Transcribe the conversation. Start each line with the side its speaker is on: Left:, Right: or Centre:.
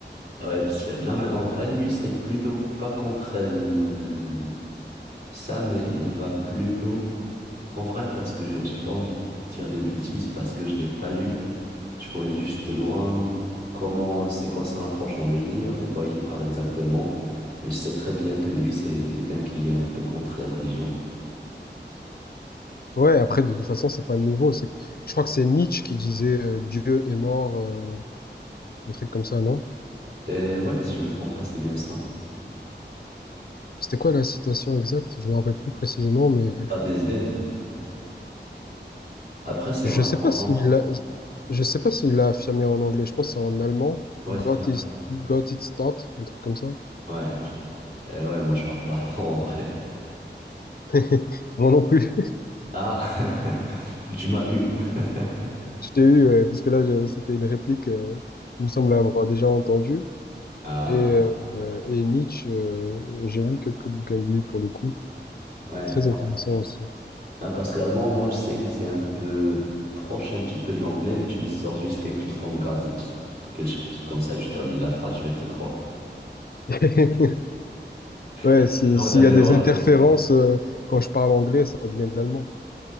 Right: Ouais, c'est sûr. Non, mais en vrai, lui, c'est plutôt pas contre elle- ça, mais il va plutôt. En vrai, parce que je vais- j'ai pas envie de dire de bêtises, parce que je l'ai pas lu. Je connais juste de loin comment, c'est quoi son approche dans le livre, de quoi il parle exactement. Mais je sais très bien que lui, c'est quelqu'un qui est un peu contre les religions.
Left: Ouais, après, de toute façon, c'est pas nouveau. C'est, je crois que c'est Nietzsche qui disait euh, Dieu est mort, euh, un truc comme ça, non?
Right: Et ouais, si je me trompe pas, c'est bien ça.
Left: C'était quoi la citation exacte? Je me rappelle plus précisément, mais
Right: Ah, Des Dead. Après, c'est
Left: je
Right: en allemand,
Left: sais pas s'il
Right: non?
Left: l'a, je sais pas s'il l'a affirmé en anglais. Je pense que c'est en allemand.
Right: Ouais,
Left: Gott
Right: c'est ça.
Left: ist, Gott ist tot, un truc comme ça.
Right: Ouais, je- euh, ouais, moi, je parle pas <laughs> allemand en vrai.
Left: <laughs> Moi non plus. <laughs>
Right: Ah, <laughs> tu m'as eu. <laughs>
Left: Je t'ai eu, euh, parce que là, je- c'était une réplique euh, qu'il me semble avoir déjà entendue.
Right: Ah,
Left: Et, euh, euh, et Nietzsche, euh, j'ai lu quelques bouquins de lui pour le coup.
Right: ouais.
Left: Très intéressant aussi.
Right: Non, parce que l'allemand, moi, je sais que c'est un peu proche un petit peu de l'anglais, mais tu me sors juste quelque chose comme gratitude, quelque chose comme ça, et tu termines la phrase, je vais te croire.
Left: <laughs> Ouais,
Right: T'as
Left: si-
Right: besoin
Left: s'il
Right: d'aller
Left: y a
Right: loin.
Left: des interférences, euh, quand je parle anglais, ça devient de l'allemand.